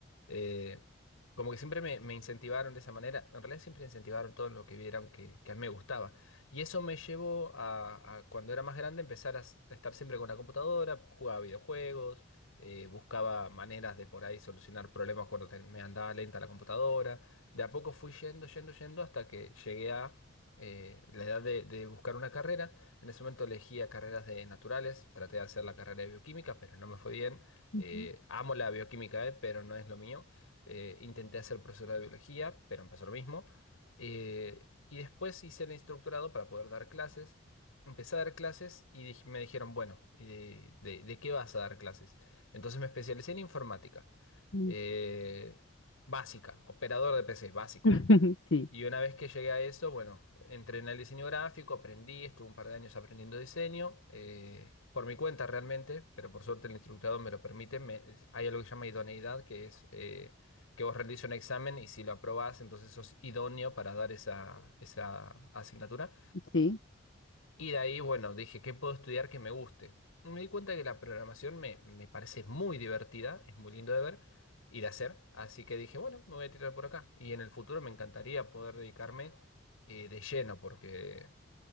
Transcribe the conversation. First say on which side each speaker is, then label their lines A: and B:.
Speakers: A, on the left (about 85°); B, on the left (about 65°).
A: Eh, como que siempre me, me incentivaron de esa manera, en realidad siempre incentivaron todo lo que vieran que, que a mí me gustaba. Y eso me llevó a, a cuando era más grande empezar a s- a estar siempre con la computadora, jugaba videojuegos, eh, buscaba maneras de por ahí solucionar problemas cuando te- me andaba lenta la computadora. De a poco fui yendo, yendo, yendo hasta que llegué a eh, la edad de, de buscar una carrera. En ese momento elegía carreras de naturales, traté de hacer la carrera de bioquímica, pero no me fue bien.
B: ujú,
A: Eh, amo la bioquímica, eh, pero no es lo mío. Eh, intenté hacer profesora de biología, pero empezó lo mismo. Eh, y después hice el instructorado para poder dar clases. Empecé a dar clases y dij- me dijeron, bueno, ¿y de, de- de qué vas a dar clases? Entonces me especialicé en informática.
B: ujú.
A: eh, básica, operador de PC, básico.
B: <laughs> Sí,
A: Y una vez que llegué a eso, bueno, entré en el diseño gráfico, aprendí, estuve un par de años aprendiendo diseño, eh, por mi cuenta realmente, pero por suerte el instructor me lo permite. me- es- hay algo que se llama idoneidad, que es eh, que vos rendís un examen y si lo aprobás, entonces sos idóneo para dar esa, esa asignatura.
B: sí.
A: Y de ahí, bueno, dije, ¿qué puedo estudiar que me guste? Y Me di cuenta que la programación me, me parece muy divertida, es muy lindo de ver y de hacer, así que dije, bueno, me voy a tirar por acá. Y en el futuro me encantaría poder dedicarme eh, de lleno, porque